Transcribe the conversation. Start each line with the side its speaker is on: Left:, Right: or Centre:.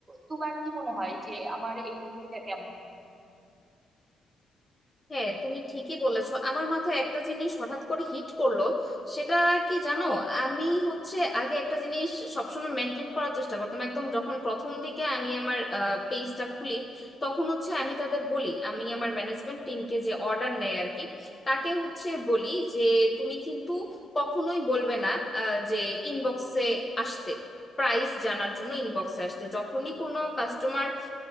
Right: তোমার কি মনে হয় যে আমার এই বুদ্ধিটা কেমন
Left: হ্যাঁ তুমি ঠিকই বলেছো আমার মাথায় একটা জিনিস হঠাৎ করে হিট করলো সেটা কি জানো আমি হচ্ছে আগে একটা জিনিস সবসময় মেনটেন করার চেষ্টা করতাম একদম যখন প্রথম দিকে আমি আমার পেজটা খুলি তখন হচ্ছে আমি তাদের বলি আমি আমার ম্যানেজমেন্ট টিমকে যে অর্ডার নেয় আর কি তাকে হচ্ছে বলি যে তুমি কিন্তু কখনোই বলবে না আহ, যে ইনবক্সে আসতে প্রাইস জানার জন্য ইনবক্সে আসতে যখনই কোনো কাস্টমার